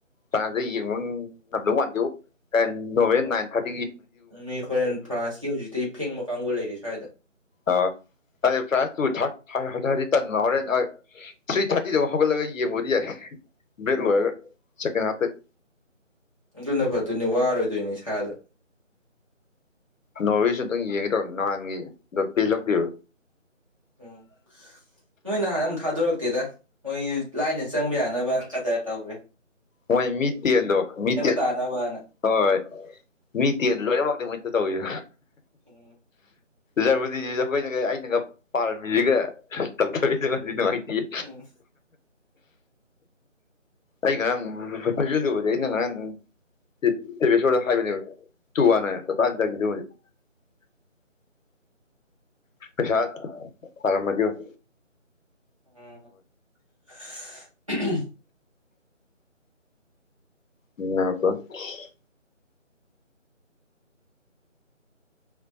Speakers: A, on the left (about 80°); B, on the right (about 25°).
A: ꯐꯔꯥꯟꯁ ꯌꯦꯡꯕ ꯉꯝꯗꯧ ꯃꯥꯟꯗꯦꯕꯣ ꯀꯥꯏꯗꯒꯤ ꯅꯣꯡꯃꯗ ꯅꯥꯏꯟ ꯊꯥꯔꯇ
B: ꯃꯤ ꯍꯣꯔꯦꯟ ꯐ꯭ꯔꯥꯟꯁꯀꯤ ꯍꯧꯖꯤꯛꯇꯤ ꯐꯦꯡꯕ ꯀꯥꯡꯕꯨ ꯂꯩꯔꯤ ꯁ꯭ꯋꯥꯏꯗ
A: ꯑꯣ ꯑꯗ ꯄ꯭ꯔꯥꯏꯁ ꯇꯨ ꯊ ꯊꯥꯎ ꯇꯟꯕ ꯍꯣꯔꯦꯟ ꯊ꯭ꯔꯤ ꯊꯥꯔꯇꯤꯗꯕꯨ ꯍꯧꯒꯠꯂꯒ ꯌꯦꯡꯕꯕꯨꯗꯤ ꯌꯥꯏ <unintelligible> ꯕ꯭ꯔꯦꯛ
B: ꯎꯝ
A: ꯂꯣꯏꯔꯒ ꯁꯦꯀꯦꯟ ꯍꯥꯞꯇꯒꯤ
B: ꯑꯗꯨꯅ ꯐꯠꯇꯣꯏꯅꯤ ꯋꯥꯔꯣꯏꯗꯣꯏꯅꯤ ꯏꯁꯥꯗ
A: ꯅꯣꯁꯨ ꯑꯨꯇꯪ ꯌꯦꯡꯒꯦ ꯇꯧꯔ ꯅꯍꯥꯟꯒꯤ ꯑꯗꯣ ꯄꯦ ꯂꯧꯗꯔ
B: ꯎꯝ ꯅꯣꯏ ꯅꯍꯥꯟ ꯑꯃ ꯊꯥꯗꯣꯔꯛꯇꯦꯗ ꯃꯣꯏ ꯂꯥꯏꯅ ꯆꯪꯕ ꯌꯥꯅꯕ ꯈꯗꯔ ꯇꯧꯈꯔꯔꯦ
A: ꯍꯣꯏ ꯃꯤꯠꯇꯦꯟꯗꯎ ꯃꯤ ꯃꯤꯇꯩꯠꯇꯦꯟ
B: ꯇꯥꯅꯕꯅ
A: ꯍꯣꯏ ꯃꯤ ꯇꯦꯟ ꯂꯣꯏꯅꯃꯛꯇ ꯃꯣꯏꯗ ꯇꯧꯋꯨ
B: ꯎꯝ
A: ꯖꯔꯃꯅꯤꯅꯥ ꯑꯩꯈꯣꯏꯅꯒ ꯑꯩꯅꯒ ꯄꯥꯔꯝꯃꯤꯁꯤꯒ ꯇꯧꯗꯣꯔꯑꯦꯁꯤꯒ ꯌꯦ
B: ꯎꯝ
A: ꯑꯩ ꯉꯔꯥꯡ ꯐꯖꯤꯜꯂꯨꯕꯗꯤ ꯑꯩꯅ ꯉꯔꯥꯡ ꯁ ꯍꯥꯏꯕ ꯇꯨ ꯋꯥꯅ <unintelligible> ꯄꯩꯁꯥ ꯊꯔꯥꯃꯗꯤ ꯌꯦꯡ ꯑꯣ
B: ꯎꯝ
A: ꯎꯝ ꯑꯄꯣ <unintelligible>